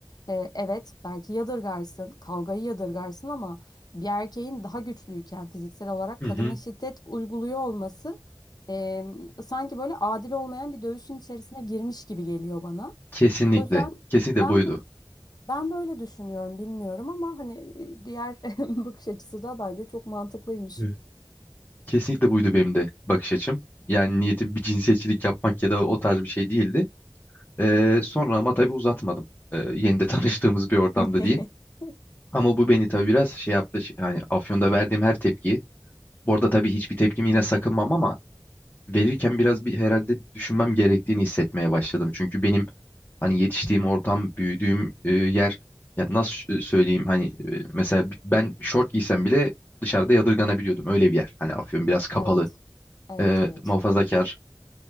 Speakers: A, on the left; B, on the left.
A: e, evet belki yadırgarsın, kavgayı yadırgarsın ama bir erkeğin daha güçlüyken fiziksel olarak
B: Hı
A: kadına
B: hı.
A: şiddet uyguluyor olması e, sanki böyle adil olmayan bir dövüşün içerisine girmiş gibi geliyor bana.
B: Kesinlikle.
A: O yüzden
B: Kesinlikle
A: ben
B: buydu.
A: bu ben böyle düşünüyorum, bilmiyorum ama hani e, diğer <laughs> bakış açısı da bence çok mantıklıymış.
B: Evet. Kesinlikle buydu benim de bakış açım. Yani niyetim bir cinsiyetçilik yapmak ya da o tarz bir şey değildi. Ee, sonra ama tabii uzatmadım. Ee, yeni de <laughs> tanıştığımız bir ortamda
A: <laughs>
B: diyeyim. Ama bu beni tabii biraz şey yaptı. şey- Yani Afyon'da verdiğim her tepkiyi. Bu arada tabii hiçbir tepkimi yine sakınmam ama verirken biraz bir herhalde düşünmem gerektiğini hissetmeye başladım. Çünkü benim hani yetiştiğim ortam, büyüdüğüm e, yer ya nasıl ş- söyleyeyim hani e, mesela ben şort giysem bile dışarıda yadırganabiliyordum. Öyle bir yer. Hani Afyon biraz kapalı,
A: Evet, evet,
B: e,
A: evet.
B: muhafazakar.